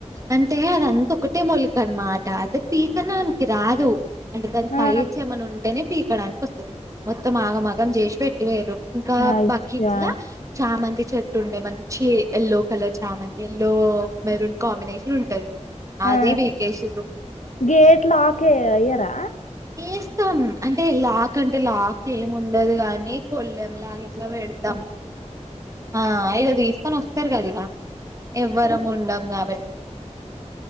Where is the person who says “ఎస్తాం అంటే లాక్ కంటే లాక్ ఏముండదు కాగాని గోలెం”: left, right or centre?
Right